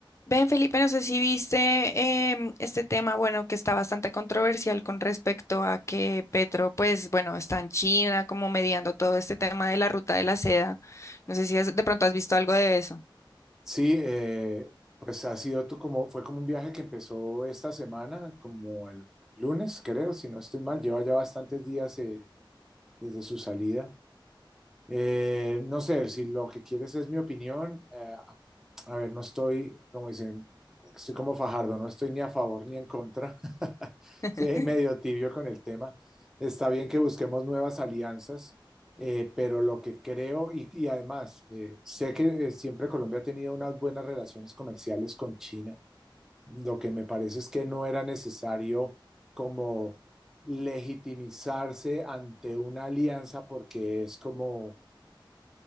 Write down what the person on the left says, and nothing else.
Ven, Felipe, no sé si viste em, este tema, bueno, que está bastante controversial con respecto a que Petro, pues, bueno, está en China como mediando todo este tema de la ruta de la seda. No sé si has- de pronto has visto algo de eso.
<laughs>